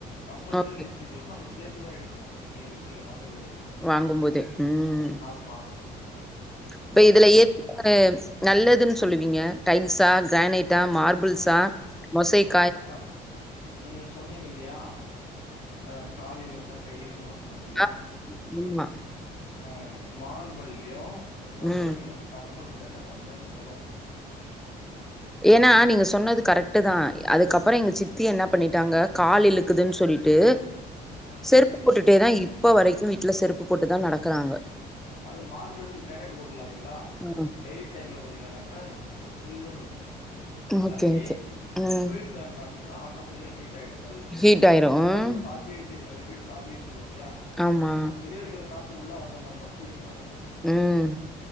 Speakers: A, on the left; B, in the centre.
A: compulsory
B: okay.
A: விஸ் சீ ஜரூ நம்ம சேத்துதா எடுக்கணு. அங்கே மெட்டீரியல் வாங்கு போதே
B: வாங்கும்போதே. ம்.
A: ஆமா மா மா
B: இப்ப இதுல ஏ அ நல்லதுன் சொல்லுவீங்க டைல்ஸா கிரானைட்டா மார்பிள்ஸா மொசைக்
A: அக்கா நீங்க சொன்னீங்கல்லியா அ காலிலுக்கு கையிலுக்குனு ல சொன்னீங்கல்லியா
B: ஆ. ஆமா.
A: உ மார்பல்லியு மொசைக்ளூ
B: ம்.
A: கம்பல்சரி அந்த கம்ப்ளைன்ஸ் வரு <unintelligible>
B: ஏன்னா நீங்க சொன்னது கரெக்டுதா அதுக்கப்ற எங்க சித்தி என்ன பண்ணிட்டாங்க கால் இழுக்குதுன் சொல்லிட்டு
A: உ <unintelligible>
B: செருப்பு போட்டுட்டேதா இப்ப வரைக்கு வீட்ல செருப்பு போட்டுதா நடக்கறாங்க
A: அது மார்பிள் எடுத்து கிரானைட் போட்ருலால்லைங்களா
B: ஆ.
A: வெயில் டைம்ல பாத்தீங்கனாக்கா சில்லுன்னு இருக்கு
B: ஓகே,
A: அதே
B: ஓகே. ம்.
A: குளிர் டைம் ஆச்சுன்னா ஆட்டோமேட்டிக்கா ஹீட் ஆய்டு. கல்லு
B: ஹீட் ஆயிரும்.
A: நமக்கதவு சாத்தியே வெச் சிருக்கோ இல்லயா வீடு சாத்தியே வெச்சிருக்கோ இல்லயா
B: ஆமா.
A: வெளிய இருக்கற காத்து உள்ள வந்தா மட்டு் கூலிங் ஆவு
B: ம்